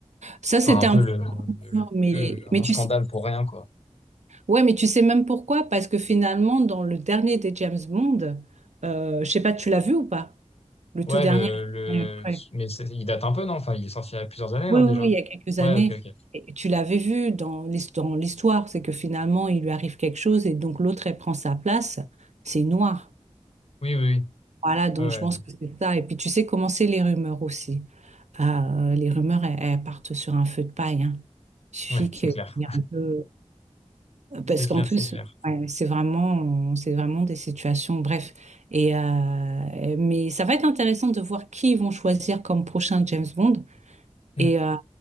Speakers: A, on the right (about 80°); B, on the left (about 60°).
A: Ça, c'était
B: enfin un
A: un
B: peu le, le-
A: Non, mais,
B: le- un
A: mais tu
B: scandale
A: sais,
B: pour rien quoi.
A: ouais, mais tu sais même pourquoi? Parce que finalement, dans le dernier des James Bond, euh, je sais pas, tu l'as vu ou pas? Le
B: Ouais,
A: tout dernier.
B: le
A: avec
B: le
A: Daniel Craig.
B: mais c'est- il date un peu non? Enfin, il est sorti il y a plusieurs années
A: Oui,
B: non
A: oui,
B: déjà?
A: oui, il y a quelques
B: Ouais,
A: années.
B: ok, ok.
A: Et tu l'avais vu dans l'his- dans l'histoire, c'est que finalement, il lui arrive quelque chose et donc l'autre, elle prend sa place. C'est noir.
B: Oui, oui, oui.
A: Voilà, donc
B: Ouais,
A: je pense
B: ouais,
A: que c'est ça. Et puis tu sais comment c'est les rumeurs aussi. Euh, les rumeurs, elles, elles partent sur un feu de paille. hein. Il suffit
B: Ouais,
A: qu'il
B: c'est clair.
A: y ait un peu.
B: C'est
A: Parce
B: clair,
A: qu'en plus,
B: c'est clair.
A: ouais, c'est vraiment, c'est vraiment des situations, bref. Et euh, mais ça va être intéressant de voir qui ils vont choisir comme prochain James Bond.
B: Hmm.
A: Et, euh,